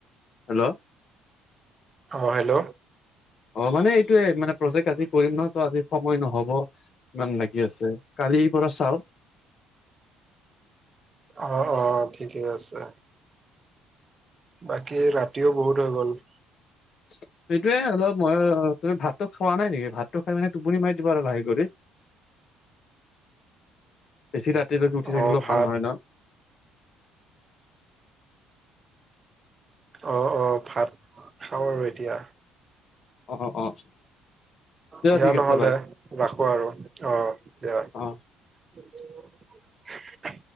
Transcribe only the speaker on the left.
হেল্ল'।
অ মানে এইটোয়ে, মানে প্ৰজেক্ট আজি কৰিম নহয় ত আজি সময় নহব। ইমান বাকি আছে, কালিৰ পৰা চাও।
সেইটোৱেই আৰু মই, তুমি ভাতটো খোৱা নাই নেকি? ভাতটো খাই মানে টোপনি মাৰি দিবা আৰু লাহে কৰি। বেছি ৰাতিলৈকে উঠি
থাকিলেও
ভাল নহয় ন।
অ অ।
ঠিক
আছে বাই
অ'।